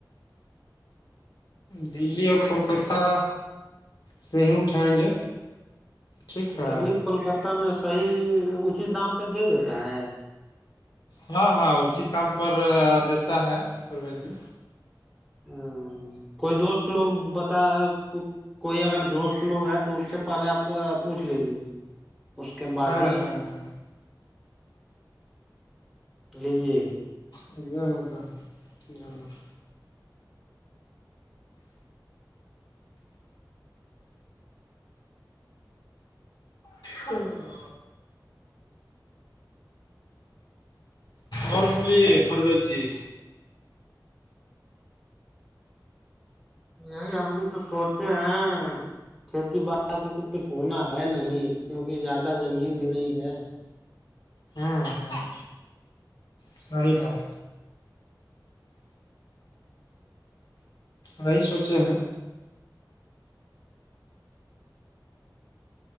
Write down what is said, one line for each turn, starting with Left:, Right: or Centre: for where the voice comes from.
Left: دللی اور کولکتہ س ہ اٹھائیں گے ٹھیک ہے
Centre: دلی پلکتہ میں صحیح اونچی دام پہ دے دیتا ہے
Left: ہاں ہاں اچت کاام پر دیتا ہے پر بھی
Centre: ہ کوئی دوست لوگ بتا کوئی اگر دوست لوگ ہے تو اس سے پہلے آپ پوچھ لیجیے اس کے بعد
Left: ہاں
Centre: ہی
Left: ہاں ہاں
Centre: لیجیے گا
Left: ایک دم ایک دم جانور ہوں اور بلیے پروز جی
Centre: یہی ہم بھی تو سوچے ہیں کھیتی باڑی سے تو کچھ ہونا ہے نہیں کیوںکہ زیادہ زمین بھی نہیں ہے
Left: ہاں ہاں صی بات وہی سوچے ہیں